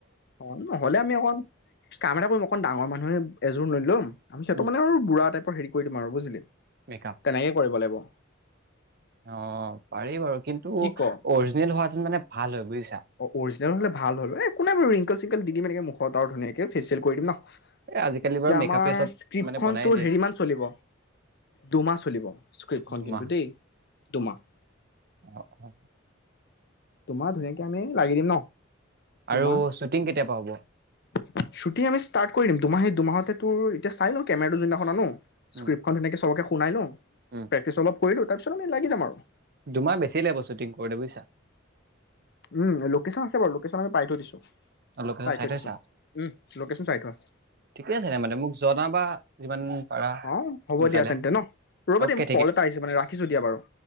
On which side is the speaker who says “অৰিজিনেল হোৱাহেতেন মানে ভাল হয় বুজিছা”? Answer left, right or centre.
Right